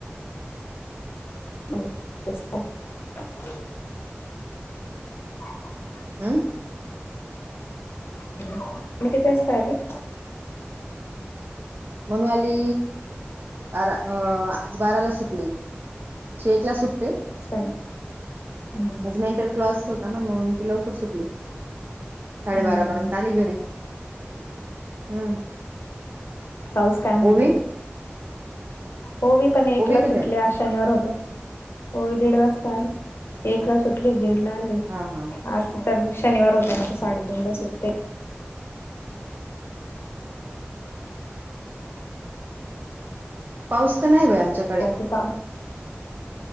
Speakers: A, on the left (about 65°); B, on the right (about 50°).
A: <inaudible> <inaudible>
B: हं.
A: तुम्ही किती वाजता आले.
B: मनू वाली आज बाराला सुटली. चे एकला सुटते.
A: सन हम्म
B: आजमेंटर क्लॉस होता ना, म्हणून ती लवकर सुटली. साडेबारा
A: हम्म हम्म
B: पर्यंत आले घरी, हम्म.
A: पाऊस काय म्हणतोय.
B: ओवी
A: ओवीपण एकला
B: ओवी
A: सुटली
B: कधी आली
A: आज शनिवार होता, ओवी दीड वाजता आली. एकला
B: असं
A: सुटली दीडला आले,
B: हा हा
A: आज तिचा शनिवार होता ना
B: असं
A: नाहीतर साडेतीन ला सुट्टते.
B: पाऊस तर नाही बाय आमच्याकडे.
A: <unintelligible> कडक